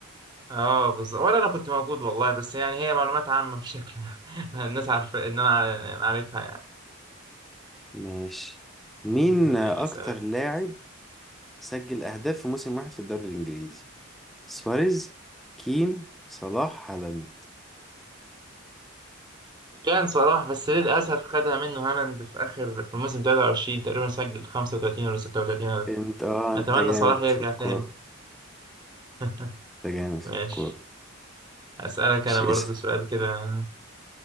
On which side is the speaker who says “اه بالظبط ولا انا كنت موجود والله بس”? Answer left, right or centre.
Right